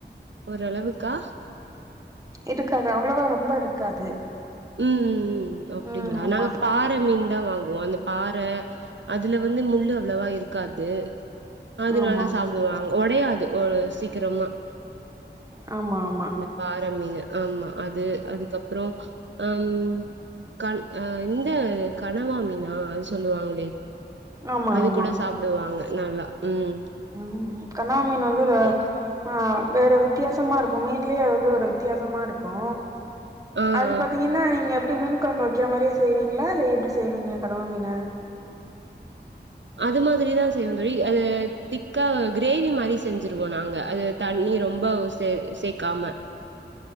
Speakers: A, on the right (about 80°); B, on the right (about 20°).
A: ஓரளவுக்கா
B: இருக்காது அவ்வளவா ரொம்ப இருக்காது
A: ம் ம் ம் ஓகேங்களா
B: ம் ஆமா
A: நாங்க பா ற மீன் தா வாங்குவோ அந்த பாற அதுல வந்து முள்ளு அவ்வளவா இருக்காது அது
B: ஆமா
A: நல்லா சாப்டுவாங்க ஒடையாது ஒரு சீக்கரமா
B: ஆமா ஆமா
A: பாற மீனு ஆமா அது அதுக்கப்றோ ம் கண் அ இந்த கனவாமீனா அது சொல்லுவாங்களே
B: ஆமா
A: அது
B: ஆமா
A: கூட சாப்டுவாங்க நல்லா ம்
B: ம் ம் கனாவ மீன் வந்து ர
A: எ
B: ஆ வேற வித்தியாசமா இருக்கு மீன்லயே அது வந்து ஒரு வித்தியாசமா இருக்கு
A: ஆ
B: அது
A: ஆ
B: பாத்தி தீங்கன்னா நீங்க எப்டி மீன் கொழம்ப வைக்கிற மாரியா செய்வீங்களா இல்ல எப்டி செய்வீங்க கனவா மீன
A: அது மாதிரிதா செய்யவோ தோழி அது திக்கா கிரேவி மாரி செஞ்சுருவோ நாங்க அது தண்ணி ரொம்ப சே சேக்காம